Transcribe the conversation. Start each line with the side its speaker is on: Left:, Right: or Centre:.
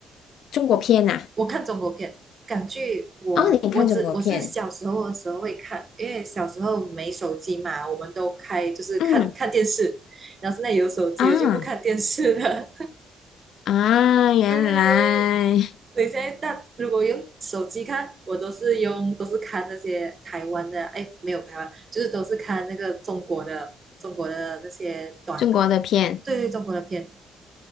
Left: 中国片呐、
Right: 我看中国片，港剧我我只我是小时候的时候会看，
Left: 哦，你看中国片，
Right: 因为小时候没手机嘛，我们都开就是看看电视，
Left: 嗯
Right: 然后现在有手机了就不看电视了。
Left: 啊啊，原来
Right: 对，所以现在大如果用手机看，我都是用都是看那些台湾的，哎，没有台湾，就是都是看那个中国的中国的那些短的，
Left: 中国的片
Right: 对对，中国的片